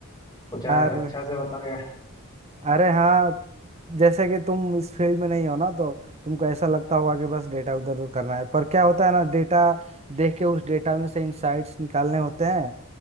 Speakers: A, on the left; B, on the right.
A: कुछ अच्छा
B: और
A: से बताओ यार
B: अरे हाँ जैसे कि तुम इस फील्ड में नहीं हो ना तो तुमको ऐसा लगता होगा कि बस डेटा उधर उधर करना है पर क्या होता है ना डेटा देख के उस डेटा में से इंसाइट्स निकालने होते हैं